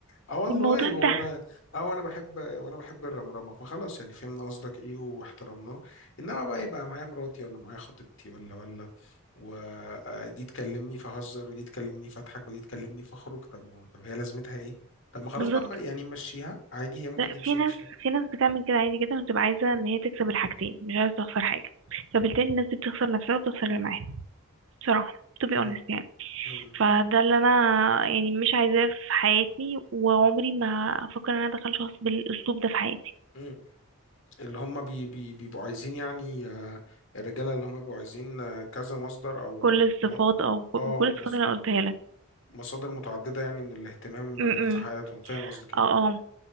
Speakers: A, on the left; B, on the right.
A: اه والله
B: والموضوع انتهى
A: وانا اه وانا بحب وانا بحب الرمرمه فخلاص يعني فهمنا قصدك ايه واحترمناه انما بقى يبقى معايا مراتي ولا معايا خطيبتي ولا ولا ودي تكلمني فهزر ودي تكلمني فاضحك ودي تكلمني فاخرج طب ما طب هي لازمتها ايه طب ما خلاص
B: بالظبط
A: بقى ما- يعني مشيها عادي هي ممكن
B: لا
A: تمشي
B: في ناس
A: مفيش حاجه
B: في ناس بتعمل كده عادي جدا وتبقى عايزه ان هي تكسب الحاجتين مش عايزه تخسر حاجه فبالتالي الناس دي بتخسر نفسها وبتخسر اللي معاها بصراحه to be
A: مم.
B: honest يعني
A: مم.
B: فده اللي انا يعني مش عايزاه في حياتي وعمري ما افكر ان انا ادخل شخص بالاسلوب ده في حياتي
A: مم. اللي هم بي بي بيبقوا عايزين يعني آه، الرجاله اللي هم بيبقوا عايزين آه، كذا مصدر او
B: كل الصفات
A: م-
B: او ك-
A: اه
B: كل الصفات
A: مص-
B: اللي انا قلتها لك
A: مصادر متعدده يعني من الاهتمام
B: م-
A: آه، في حياتهم
B: م.
A: فاهم قصدك إيه؟
B: اه اه